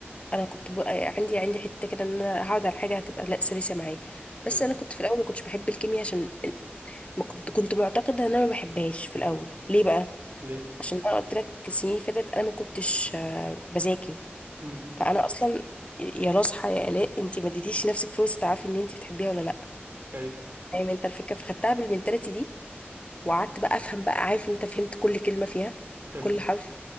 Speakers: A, on the left; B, on the right.
A: انا كنت ب... يعني عندي عندي حته كده ان انا هقعد على حاجه هتبقى لا سلسه معايا بس
B: حلو
A: انا كنت في الاول ما كنتش بحب الكيمياء عشان ما كنت كنت معتقدة ان انا ما بحبهاش في الاول ليه بقى
B: ليه
A: عشان انا قلت لك السنين اللي فاتت انا ما كنتش آه، بذاكر
B: امم
A: فانا اصلا يا نصحى يا الاء انت ما اديتيش نفسك فرصه تعرفي ان انت بتحبيها ولا لا
B: ايوه
A: فاهم انت الفكره فخدتها بالمنتاليتي دي وقعدت بقى افهم بقى عارف انت فهمت كل كلمه فيها
B: حلو
A: كل حرف